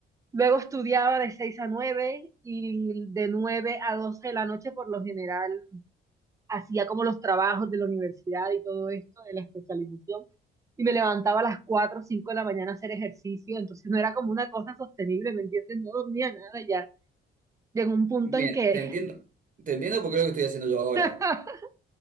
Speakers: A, on the right (about 15°); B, on the right (about 40°).
A: Luego estudiaba de 6 a 9 y de nueve a doce de la noche por lo general hacía como los trabajos de la universidad y todo esto, de la especialización, y me levantaba a las 4 o 5 de la mañana a hacer ejercicio, entonces no era como una cosa sostenible, ¿me entiendes? No dormía nada, ya llegó un punto
B: Bien,
A: en que
B: te entiendo. Te entiendo porque es lo que estoy haciendo yo ahora.
A: <laughs>